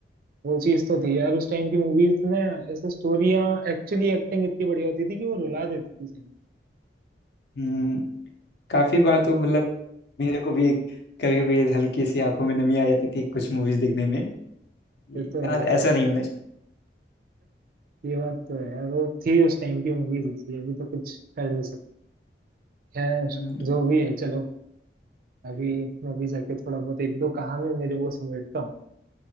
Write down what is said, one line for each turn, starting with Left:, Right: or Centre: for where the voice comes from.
Right: वो चीज तो थी यार उस टाइम की मूवीज ने ऐसे स्टोरियां एक्चुअली एक्टिंग इतनी बढ़िया होती थी कि वो रुला देती थी सही में।
Left: हम्म, काफी बार
Right: पर
Left: तो मतलब मेरे को भी कभी कभी हल्की सी आंखों में नमी आ जाती थी कुछ मूवीज देखने में
Right: ये
Left: यार
Right: तो है यार
Left: ऐसा नहीं होना चाहिए
Right: ये बात तो है यार वो थी उस टाइम की मूवीज ऐसी अभी तो कुछ कर नहीं सकते खैर
Left: हम्म,
Right: जो भी है चलो अभी मैं भी जाके थोड़ा बहुत एक दो कहानी मेरे वो समेटता हूँ